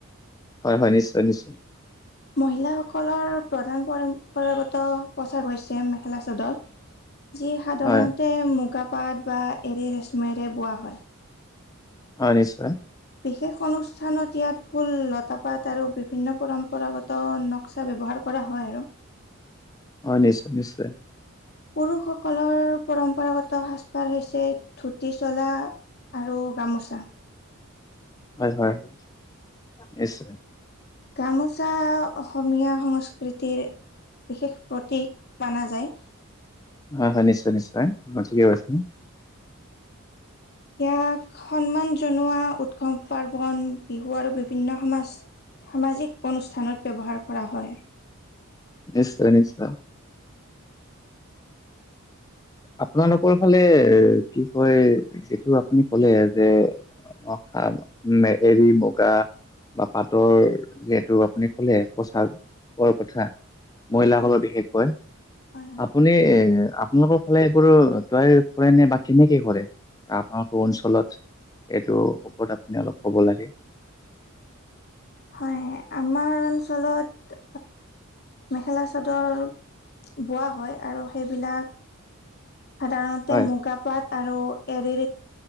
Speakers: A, on the left (about 15°); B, on the left (about 50°).
A: হয়, হয়, নিশ্চয়, নিশ্চয়।
B: মহিলাসকলৰ প্ৰধান পৰম্পৰাগত পোছাক হৈছে, মেখেলা চাদৰ। যি সাধাৰণতে
A: হয়
B: মুগা পাট বা এৰি ৰেশ্মাইৰে বোৱা হয়।
A: হয়, নিছ
B: বিশেষ অনুষ্ঠানত ইয়াত ফুল, লতা, পাত আৰু বিভিন্ন পৰম্পৰাগত নক্সা ব্যৱহাৰ কৰা হয়, আৰু।
A: <inaudible> হয়, নিশ্চয়, নিশ্চয়।
B: পুৰুষসকলৰ পৰম্পৰাগত সাজপাৰ হৈছে ধুতি, চলা। আৰু গামোচা।
A: হয়, হয়, হয়, নিশ্চয়।
B: গামোচা অসমীয়া সংস্কৃতিৰ বিশেষ প্ৰতীক মনা যায়।
A: অ, হয়, হয়, নিশ্চয়, নিশ্চয় পই থিকে, কৈছ।
B: ইয়াক সন্মান জনোৱা উৎসৱ পাৰ্বন বিহু আৰু বিভিন্ন সমাজ সামাজিক অনুষ্ঠানত ব্যৱহাৰ কৰা হয়।
A: নিশ্চয়, নিশ্চয়। আপোনালোকৰ ফালে কি কয়, যিটো আপুনি কলে যে। হ, মে, এৰি মুগা বা পাতৰ যিহেতু, আপুনি কলে পোচাকৰ কথা। মহিলাসকলৰ
B: হয়
A: বিশেষকৈ
B: হয় হয়
A: আপুনি এ, আপোনালোকৰ ফালে এইবোৰ তয়াৰ কৰে, নে, বা কেনেকে কৰে আপোনাৰ। এইটো ওপৰত আপুনি অলপ ক'ব লাগে।
B: হয়, আমাৰ অঞ্চলত। মেখেলা চাদৰ বোৱা হয় আৰু সেইবিলাক। সাধাৰণতে
A: হয়
B: মুগা, পাট আৰু এৰি